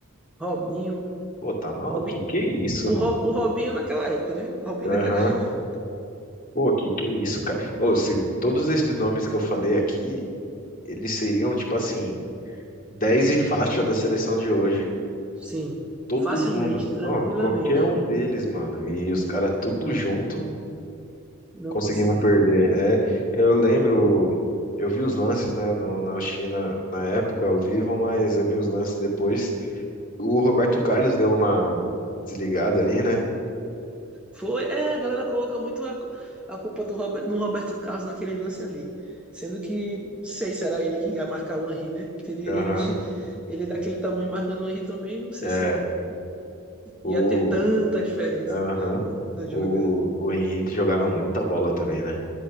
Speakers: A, in the centre; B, on the left (about 40°).
A: Robinho,
B: Pô, tá maluco?
A: Robinho,
B: Que que é isso,
A: o,
B: mano?
A: Ro- o Robinho naquela época, né, o Robinho
B: Aham.
A: naquela <laughs>
B: Pô, que que é isso, cara? Ô, se todos esses nomes que eu falei aqui, eles seriam, tipo assim, 10 e faixa da seleção de hoje.
A: Sim,
B: Todo
A: facilmente,
B: mundo.
A: tranquilamente,
B: Não, qualquer um deles, mano. E os caras tudo junto
A: não
B: conseguimos
A: conseguiu.
B: perder. É, eu lembro, eu vi os lances, né, no, na China na época ao vivo, mas eu vi os lances depois. O Roberto Carlos deu uma desligada ali, né?
A: Foi, é, a galera coloca muito a, cu- a culpa do Robert, no Roberto Carlos naquele lance ali. Sendo que, não sei será ele que ia marcar o Henry, né? Se Ele,
B: Aham.
A: ele, <laughs> ele daquele tamanho marcando o Henry também, não sei
B: É.
A: se
B: O,
A: ia ter tanta diferença
B: aham.
A: no- na jogada.
B: O, o Henrique jogava muita bola também, né?